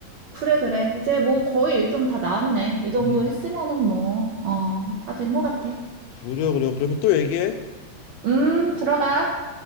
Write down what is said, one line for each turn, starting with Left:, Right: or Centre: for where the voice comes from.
Right: 그래, 그래. 이제 뭐 거의 일정 다 나왔네. 이 정도
Left: 음.
Right: 했으면은 뭐, 어, 다 된 것 같아.
Left: 그래 그래. 그러면 또 얘기해.
Right: 음, 들어가.